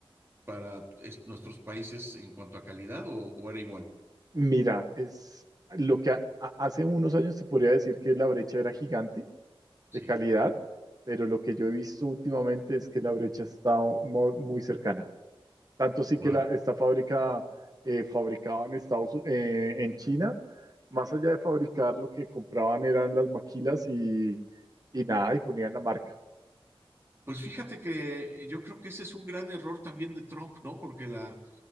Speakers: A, on the right (about 25°); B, on the right (about 40°).
A: para es- nuestros países en cuanto a calidad o, o era igual?
B: Mira, es lo que ha- ha- hace unos años te podría decir que la brecha era gigante
A: Sí.
B: de calidad, pero lo que yo he visto últimamente es que la brecha ha estado mo- muy cercana. Tanto sí
A: Bueno.
B: que la, esta fábrica eh, fabricaba en Estados Unidos, en China, más allá de fabricar, lo que compraban eran las maquilas y, y nada, y ponían la marca.
A: Pues fíjate que yo creo que ese es un gran error también de Trump, ¿no? Porque la,